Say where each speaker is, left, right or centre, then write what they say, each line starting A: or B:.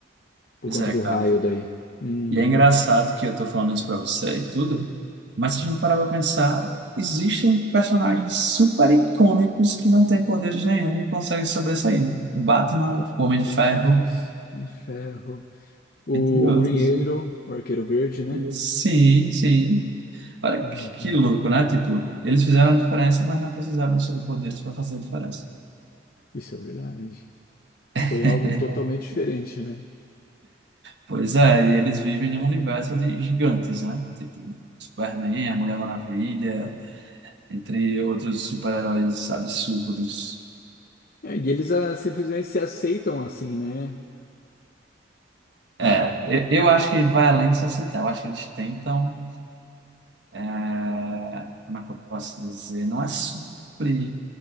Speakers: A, on the left; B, on the right.
A: Por
B: Pois
A: conta
B: é,
A: do
B: cara.
A: raio daí. Uhum.
B: E é engraçado que eu tô falando isso pra você e tudo, mas se a gente parar pra pensar, existem personagens super icônicos que não têm poderes nenhum e conseguem sobressair, né? O Batman,
A: Com,
B: o Homem
A: com
B: de Ferro,
A: certeza. De ferro. O
B: entre outros.
A: Green Arrow, o Arqueiro Verde, né?
B: Sim, sim. Olha
A: Uhum.
B: que, que louco, né? Tipo, eles fizeram a diferença, mas não precisavam de superpoderes para fazer a diferença.
A: Isso é verdade.
B: <laughs>
A: Foi algo totalmente diferente, né?
B: Pois é, e eles vivem em um universo de gigantes, né? Tipo, Superman, a Mulher Maravilha, entre outros super-heróis absurdos.
A: É, e eles ah, simplesmente se aceitam assim, né?
B: É, eu, eu acho que vai além de se aceitar. Eu acho que eles tentam. é, como é que eu posso dizer? Não é suprir,